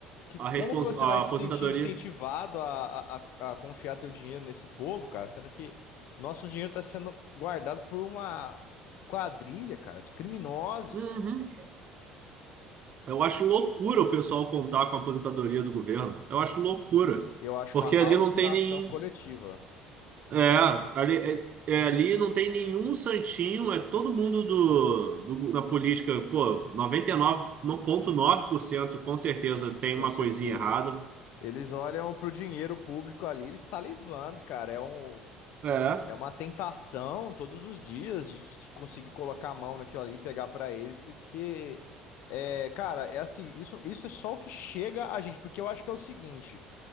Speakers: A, on the left; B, on the right.
A: que-
B: a, respons,
A: como que você
B: a
A: vai se
B: aposentadoria.
A: sentir incentivado a, a, a a confiar teu dinheiro nesse povo, cara? Sendo que nosso dinheiro está sendo guardado por uma quadrilha, cara, de criminosos.
B: Uhum. Eu acho loucura o pessoal contar com a aposentadoria do governo. Eu acho loucura.
A: Eu acho
B: Porque
A: uma alucinação
B: ali não tem nem.
A: coletiva,
B: É, ali, é- é, ali não tem nenhum santinho, é todo mundo do, do- na política, pô, noventa e nove vírgula nove por cento com certeza tem
A: com
B: uma
A: certeza.
B: coisinha errada.
A: Eles olham pro dinheiro público ali, eles salivando, cara. É um,
B: É.
A: é uma tentação todos os dias de, de conseguir colocar a mão naquilo ali e pegar para eles, porque, é, cara, é assim, isso, isso é só o que chega a gente, porque eu acho que é o seguinte.